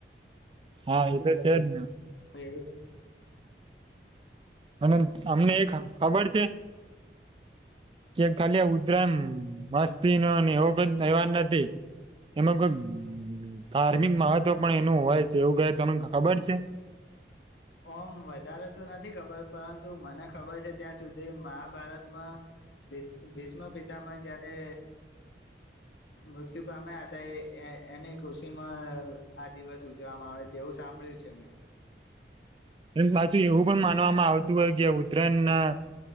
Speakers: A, on the right (about 30°); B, on the left (about 80°).
A: હા એટલે જ એ જ
B: એવ
A: અને અમને એક ખબર છે કે ખાલી ઉતરાયમ મસ્તી નો એવો એહેવા નથી એમાં કોઈ ધાર્મિક મહ તો પણ એનું હોય છે એવું કાય તમને ખબર છે
B: ઓમ વધારે તો નથી ખબર પરંતુ મને ખબર છે ત્યાં સુધી મહાભારતમાં ભીષ્મ પિતામાં જયારે મૃત્યુ પામ્યા હતા એની ખુશીમાં આ દિવસ ઉજવવામાં આવે તેવું સાંભળ્યું છે મેમ
A: પાછું એવું પણ માનવામાં આવતું હોય કે ઉત્તરાયણ ના